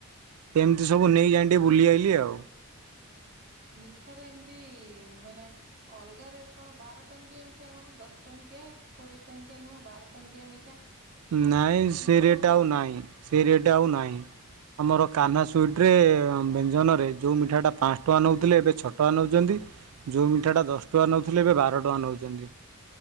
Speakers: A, on the right (about 75°); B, on the right (about 50°).
A: ଏମିତି ସବୁ ନେଇଯାଇ ଟିକେ ବୁଲି ଆଇଲି ଆଉ।
B: ମିଠାରେ ଏମିତି ମାନେ ଅଲଗା ରେଟ୍ କଣ ବାର ଟଙ୍କିଆ ମିଠା କଣ ଦଶ ଟଙ୍କିଆ କି କୋଡ଼ିଏ ଟଙ୍କିଆ ନୁହଁ ବାର ଟଙ୍କିଆ ମିଠା।
A: ନାଇଁ
B: ଏମିତି
A: ସେ ରେଟ
B: କଣ ପାଇଁ?
A: ଆଉ ନାଇଁ ସେ ରେଟ ଆଉ ନାହିଁ। ଆମର କାହ୍ନା ସୁଇଟରେ ବ୍ୟଞ୍ଜନରେ ଯେଉଁ ମିଠାଟା ପାଞ୍ଚ ଟଙ୍କା ନେଉଥିଲେ ଏବେ ଛଅ ଟଙ୍କା ନେଉଛନ୍ତି। ଯେଉଁ ମିଠାଟା ଦଶ ଟଙ୍କା ନେଉଥିଲେ ଏବେ ବାର ଟଙ୍କା ନେଉଛନ୍ତି